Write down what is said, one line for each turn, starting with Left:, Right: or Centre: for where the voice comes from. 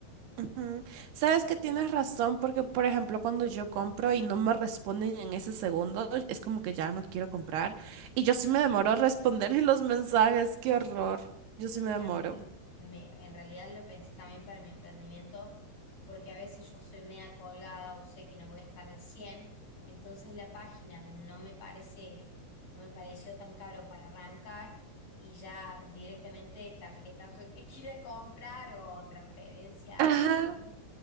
Right: Ujú. Sabes que tienes razón porque, por ejemplo, cuando yo compro y no me responden en ese segundo, es como que ya no quiero comprar.
Left: Sí,
Right: Y yo sí me demoro a responder en los mensajes, qué horror. Yo
Left: Sí,
Right: sí me demoro.
Left: a mí me, me- en realidad lo pensé también para mi emprendimiento, porque a veces yo soy media colgada o sé que no voy a estar al 100, entonces la página no me parece, no me pareció tan caro para arrancar y ya directamente tarjetas el que <laughs> quiera comprar o transferencia,
Right: Ajá,
Left: ahí sí,